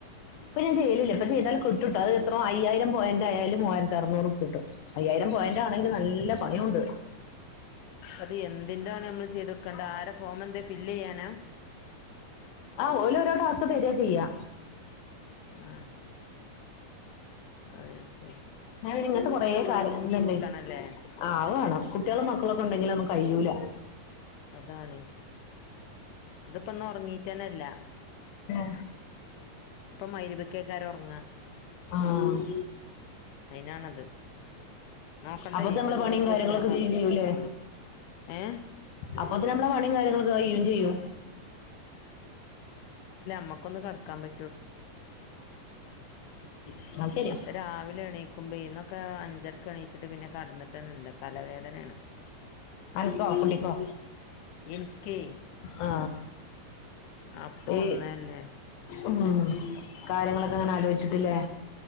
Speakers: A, on the left; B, on the left.
A: ഇപ്പ ഞാൻ ചെയ്യലില്ല ഇപ്പൊ ചെയ്താല് കി ട്ടുട്ടൊ അത് എത്രോ അയ്യായിരം പോയന്റ് ആയാല് മൂവായിരത്തി അറ്നൂറ്പ്പ്യട്ടും അയ്യായിരം പോയന്റ് ആണെങ്കില് നല്ല പണിയുണ്ട്
B: അത് എന്തിൻ്റാണ് നമ്മള് ചെയ്തൊടുക്കെണ്ടെ ആരെ ഫോമെന്തെ ഫില്ലെയ്യാ നാ
A: ആ ഓലോരോ ടാസ്ക് തരാ ചെയ്യാ
B: ആ ആഹ് ശ്
A: ഞാൻ ഇങ്ങനത്തെ കൊറെ
B: ഒഴിഞ്ഞിരിക്കണല്ലേ
A: കാര്യം ഇണ്ട് ആവ് വേണം കുട്ടികളും മക്കളൊക്കെ ഉണ്ടെങ്കില് ഒന്നും കഴിയൂല
B: അതാണ് ഇതിപ്പ ഒന്നും ഉറങ്ങീട്ടേനല്ല
A: ഉം
B: മഗ്‌രിബ്ക്കേക്കാരം ഉറങ്ങാ
A: ആ ഉം
B: അയിനാണത് നോക്കണ്ടേ
A: അപ്പൊ
B: ഇന്റെ
A: നമ്മളെ
B: മോത്ത്ക്ക്
A: പണിയും കാര്യങ്ങളൊക്കെ
B: നോക്ക് ഞാൻ പറഞ്ഞിട്ട്
A: ചെയും ചെയ്യൂല്ലേ
B: ഏഹ്
A: അപ്പൊത്തിന് നമ്മളെ പണിയും കാര്യങ്ങളക്ക കഴിയും ചെയ്യും
B: നമക്കൊന്ന് കടക്കാൻ പ
A: ആ അത് ശരിയാ
B: രാവിലെ എണീക്കുമ്പോ ഇന്നൊക്കെ അഞ്ചരക്ക് എണീച്ചിട്ട് പിന്നെ കടന്നിട്ടന്നല്ല തലവേദനയാണ്
A: അനക്കോ കുണ്ടിക്കോ
B: എനിക്കേ
A: ആ
B: അപ്പൊ
A: ഈ
B: ഒന്നല്ലേ
A: ഉം കാര്യങ്ങളൊക്കെ അങ്ങനെ ആലോചിച്ചിട്ടില്ലേ